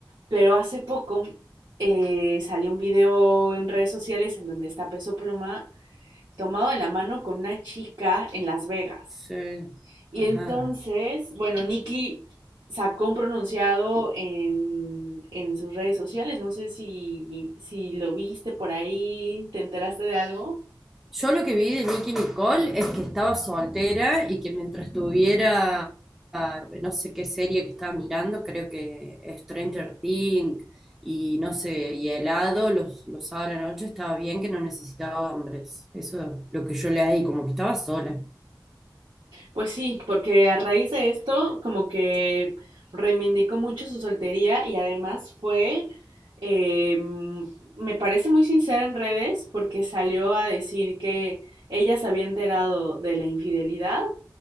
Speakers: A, on the right; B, in the centre.
A: pero hace poco eh, salió un video en redes sociales en donde está Peso Pluma tomado de la mano con una chica en Las Vegas.
B: sí,
A: Y
B: ajá.
A: entonces, bueno, Nicky sacó un pronunciado en, en sus redes sociales. No sé si, si lo viste por ahí, te enteraste de algo.
B: Yo lo que vi de Nicki Nicole es que estaba soltera y que mientras tuviera ah, no sé qué serie que estaba mirando, creo que Stranger Things y no sé, y helado, los, los sábados a la noche estaba bien que no necesitaba hombres. Eso es lo que yo leí, como que estaba sola.
A: Pues sí, porque a raíz de esto, como que reivindicó mucho su soltería y además fue, eh, me parece muy sincera en redes porque salió a decir que ella se había enterado de la infidelidad